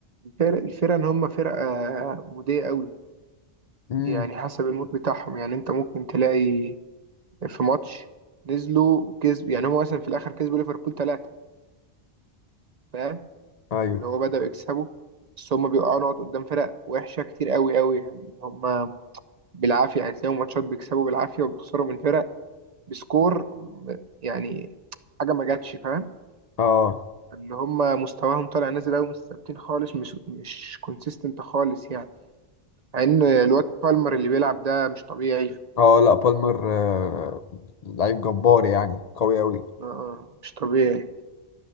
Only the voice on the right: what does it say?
الفرق الفرقه ان هم فرقه موديه قوي
يعني حسب المود بتاعهم يعني انت ممكن تلاقي في ماتش نزلوا كسب يعني هم مثلا في الاخر كسبوا ليفربول ثلاثه فاهم
واللي هو بداوا يكسبوا بس هم بيقعوا نقط قدام فرق وحشه كتير قوي قوي يعني هم بالعافيه يعني تلاقيهم ماتشات بيكسبوا بالعافيه وبيخسروا من فرق بسكور م- يعني حاجه ما جاتش فاهم
اللي هم مستواهم طالع نازل قوي مش ثابتين خالص مش مش كونسيستنت خالص يعني مع ان الواد بالمر اللي بيلعب ده مش طبيعي
آه آه، مش طبيعي